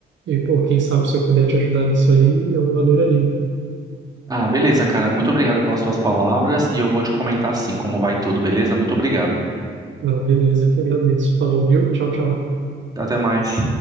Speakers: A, on the right (about 70°); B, on the right (about 20°).
A: e, pô, quem sabe se eu puder te ajudar nisso aí, eu adoraria.
B: Ah, beleza, cara. Muito obrigado pelas suas palavras e eu vou te comentar sim como vai tudo, beleza? Muito obrigado.
A: Não, beleza, eu que agradeço. Falou, viu? Tchau, tchau.
B: Até mais.